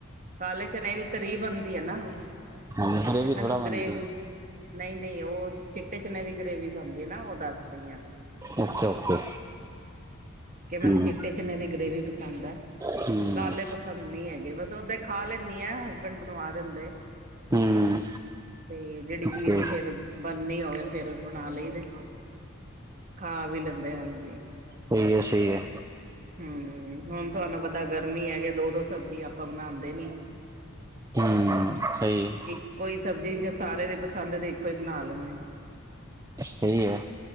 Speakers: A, on the right; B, on the right.
A: ਕਾਲੇ ਚਨੇ ਦੀ ਤਰੀ ਬਨਦੀ ਐ ਨਾ।
B: ਹਾਂ ਗਰੇਵੀ
A: ਤੇ ਮੈਨੂੰ
B: ਥੋੜਾ ਬਣਦੀ
A: ਗਰੇਵੀ ਨਈ-ਨਈ ਓ ਚਿੱਟੇ ਚਨੇ ਦੀ ਗਰੇਵੀ ਬਨਦੀ ਨਾ ਓ ਦੱਸ ਰਈ ਆ।
B: ਅੱਛਾ ਓਕੇ।
A: ਕਿ ਮੈਨੂੰ
B: ਹੂੰ
A: ਚਿੱਟੇ ਚਨੇ ਦੀ ਗ੍ਰੇਵੀ ਪਸੰਦ ਐ,
B: ਹੂੰ
A: ਕਾਲੇ ਪਸੰ ਪਸੰਦ ਨੀ ਹੈਗੇ ਬਸ ਓਦਾਂ ਈ ਖਾ ਲੈਂਨੀ ਆ ਹਸਬੈਂਡ ਬਨਵਾ ਦਿੰਦੇ।
B: ਹੂੰ
A: ਤੇ ਜੇੜੀ ਚੀਜ਼
B: ਓਕੇ
A: ਫੇਰ ਬਨਨੀ ਹੋਵੇ ਫੇਰ ਬਨਾ ਲਈਦੈ। ਖਾ ਵੀ ਲੈਂਦੇ ਹਾਂਜੀ।
B: ਸਈ ਐ-ਸਈ ਐ।
A: ਹੂੰ ਹੁਨ ਤਾਨੂੰ ਪਤਾ ਗਰਮੀ ਹੈਗੇ ਦੋ-ਦੋ ਸਬਜ਼ੀ ਆਪਾਂ ਬਨਾਂਦੇ ਨੀ।
B: ਹੂੰ ਸਈ ਏ।
A: ਇੱਕੋ ਈ ਸਬਜ਼ੀ ਜੇ ਸਾਰੇ ਦੇ ਪਸੰਦ ਦੀ ਇੱਕੋ ਈ ਬਨਾ ਲੈਂਨੇ ਆਂ।
B: ਸਈ ਐ।